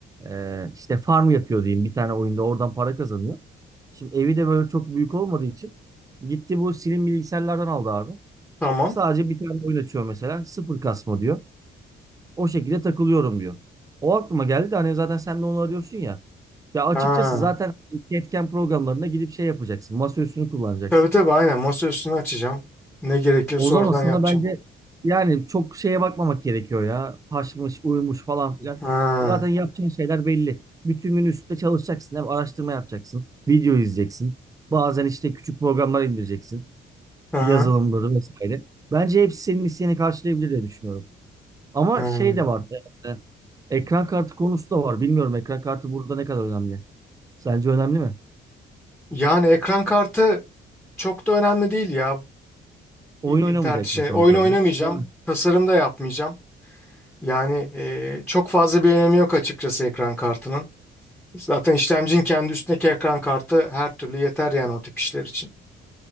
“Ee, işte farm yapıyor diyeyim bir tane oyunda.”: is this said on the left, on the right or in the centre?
Right